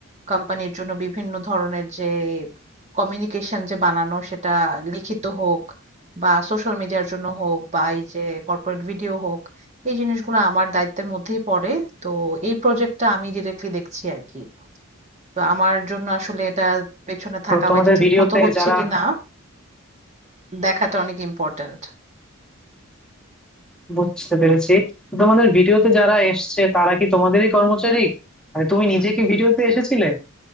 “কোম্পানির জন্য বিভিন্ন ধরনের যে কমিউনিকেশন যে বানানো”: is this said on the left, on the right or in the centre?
Right